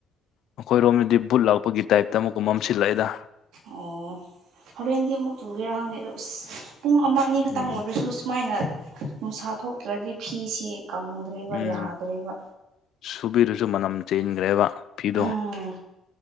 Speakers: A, on the left; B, on the right.
A: ꯑꯩꯈꯣꯏꯔꯣꯝꯗꯗꯤ ꯕꯨꯠ ꯂꯥꯛꯄꯒꯤ ꯇꯥꯏꯞꯇ ꯑꯃꯨꯛꯀ ꯃꯝꯁꯤꯜꯂꯛꯑꯦꯗ꯫
B: ꯑꯣ ꯍꯣꯔꯦꯟꯗꯤ ꯑꯃꯨꯛ ꯆꯨꯒꯦꯔꯥ ꯈꯪꯗꯦ ꯑꯗꯣ ꯑꯁ ꯄꯨꯡ ꯑꯃ ꯑꯅꯤꯈꯛꯇꯪ
A: ꯎꯝ
B: ꯑꯣꯏꯔꯁꯨ ꯁꯨꯃꯥꯏꯅ ꯅꯨꯡꯁꯥ ꯊꯣꯛꯇ꯭ꯔꯗꯤ ꯐꯤꯁ ꯀꯪ
A: ꯎꯝ
B: ꯌꯥꯗ꯭ꯔꯦꯕ
A: ꯁꯨꯕꯤꯔꯁꯨ ꯃꯅꯝ ꯆꯦꯟꯈ꯭ꯔꯦꯕ꯫ ꯐꯤꯗꯣ
B: ꯎꯝ